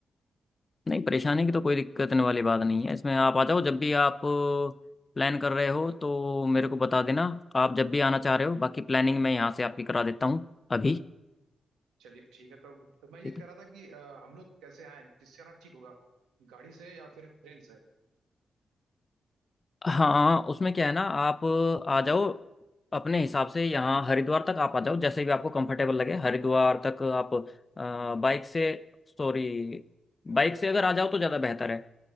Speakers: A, on the left; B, on the right.
A: नहीं परेशानी की तो कोई दिक्कत होने वाली बात नहीं है इसमें आप आ जाओ जब भी आप प्लान कर रहे हो तो मेरे को बता देना आप जब भी आना चाह रहे हो बाकी प्लानिंग मैं यहाँ से आपकी करा देता हूँ अभी
B: चलिए ठीक है तो तो मैं ये
A: ठीक
B: कह
A: है
B: रहा था कि अ, हम लोग कैसे आए किससे आना ठीक होगा गाड़ी से या फिर ट्रेन से
A: हाँ उसमें क्या है ना आप आ जाओ अपने हिसाब से यहाँ हरिद्वार तक आप आ जाओ जैसे भी आपको कंफर्टेबल लगे हरिद्वार तक आप बाइक से सॉरी
B: अ,
A: बाइक से अगर आ जाओ तो ज़्यादा बेहतर है